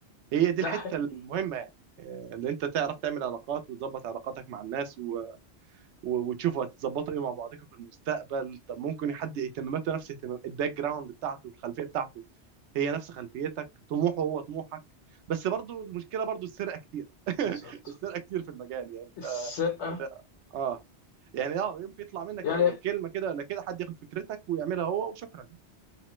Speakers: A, on the right; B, on the left.
A: هي
B: ده
A: دي الحته
B: حقيقي
A: المهمه يعني آه، اللي انت تعرف تعمل علاقات وتظبط علاقاتك مع الناس و... و... وتشوفوا هتظبطوا ايه مع بعضكم في المستقبل طب ممكن حد اهتماماته نفس اهتمام الباك جراوند بتاعته الخلفيه بتاعته هي نفس خلفيتك طموحه هو طموحك بس برضو المشكله برضو السرقه كتير
B: بالظبط
A: <laughs> السرقه كتير في المجال يعني انت
B: السرقة <laughs>
A: اه يعني اه يمكن يطلع منك
B: يعني
A: كلمه كده ولا كده حد ياخد فكرتك ويعملها هو وشكرا